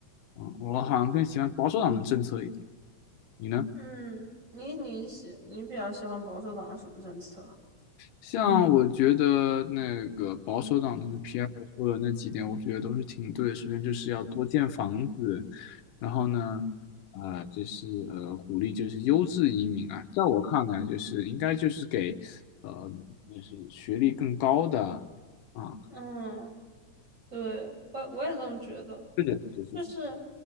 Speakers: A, on the left (about 80°); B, on the right (about 20°).
A: 嗯，我好像更喜欢保守党的政策一点。你呢？
B: 嗯，你你喜你比较喜欢保守党的什么政策？
A: 像我觉得那个保守党他们皮 r 尔说的那几点，我觉得都是挺对的。首先就是要多建房子，然后呢，啊，就是呃，鼓励就是优质移民啊，在我看来，就是应该就是给呃，就是学历更高的啊，
B: 嗯，对，我我也这么觉得。
A: 这个就是
B: 就是